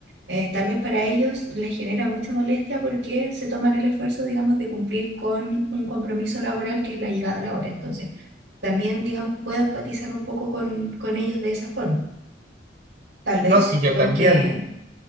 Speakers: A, on the right; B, on the right.
A: eh, tal vez para ellos les genera mucha molestia porque se toman el esfuerzo, digamos, de cumplir con un compromiso laboral que es la llegada a la hora. Entonces, también, digamos, puedo empatizar un poco con, con ellos de esa forma. Tal
B: No,
A: vez
B: si yo
A: lo
B: también.
A: que